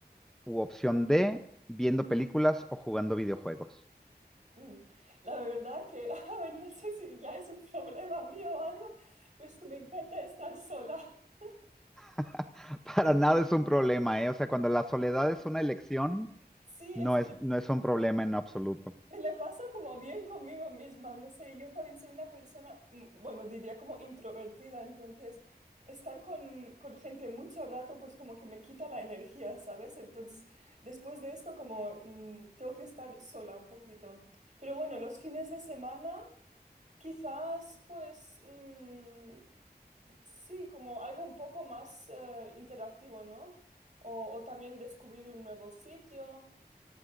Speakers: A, in the centre; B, on the right (about 45°).
A: U opción D, viendo películas o jugando videojuegos.
B: Mm. La verdad que, <laughs> a ver, no sé si ya es un problema mío o algo, pero es que me encanta estar sola. <laughs>
A: <laughs> Para nada es un problema, ¿eh? O sea, cuando la soledad es una elección,
B: Sí,
A: no
B: es que
A: es, no es un problema en absoluto.
B: Me lo paso como bien conmigo misma, no sé, yo también soy una persona, mm, bueno, diría como introvertida, entonces estar con, con gente mucho rato pues como que me quita la energía, ¿sabes? Entonces después de esto como mm, tengo que estar sola un poquito. Pero bueno, los fines de semana quizás pues mm, sí, como algo un poco más eh, interactivo, ¿no? O, o también descubrir un nuevo sitio.